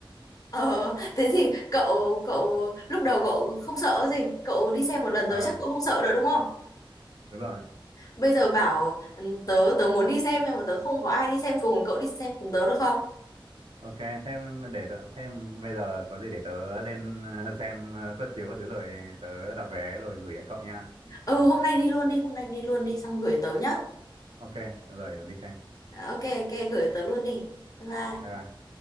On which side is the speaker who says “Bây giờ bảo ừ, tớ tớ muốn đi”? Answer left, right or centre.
Left